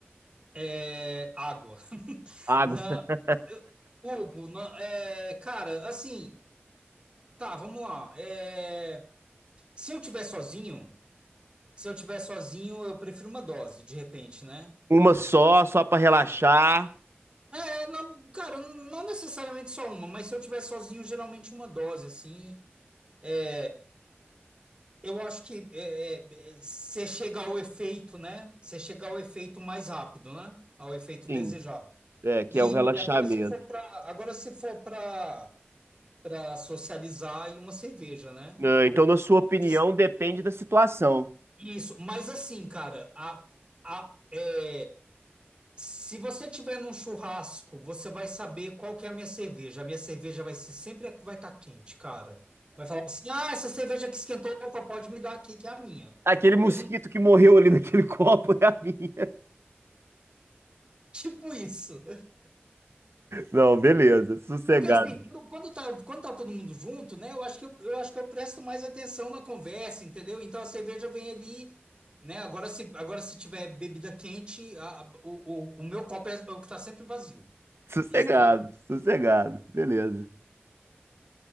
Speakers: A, on the right; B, on the right.
A: é água. <laughs>
B: Água.
A: Não,
B: <laughs>
A: eu- Hugo, não, é, cara, assim. Tá, vamos lá. É, Se eu tiver sozinho, se eu tiver sozinho, eu prefiro uma dose, de repente, né?
B: Uma só, só para relaxar.
A: É, não, cara, não necessariamente só uma, mas se eu tiver sozinho, geralmente uma dose, assim. É, Eu acho que é, é, é, você chega ao efeito, né? Você chega ao efeito mais rápido, né? Ao efeito desejado.
B: Sim. é, que
A: E,
B: é o relaxamento.
A: e agora se for para, agora se for para para socializar e uma cerveja, né?
B: Ah, então, na sua
A: Mas-
B: opinião, depende da situação.
A: Isso. Mas assim, cara, a, a, é, Se você tiver num churrasco, você vai saber qual que é a minha cerveja. A minha cerveja vai ser sempre a que vai estar quente, cara. Vai falar assim: ah, essa cerveja que esquentou, opa, pode me dar aqui, que é a minha.
B: Aquele mosquito
A: Eu não.
B: que morreu ali naquele <laughs> copo é a minha.
A: <laughs> Tipo isso.
B: Não, beleza. Sossegado.
A: Porque assim, quando, quando tá, quando tá todo mundo junto, né? Eu acho que eu, eu acho que eu presto mais atenção na conversa, entendeu? Então a cerveja vem ali, né? Agora se, agora se tiver bebida quente, a- a- o, o, o meu copo é, é o que tá sempre vazio.
B: Sossegado.
A: Isso
B: Sossegado. Beleza.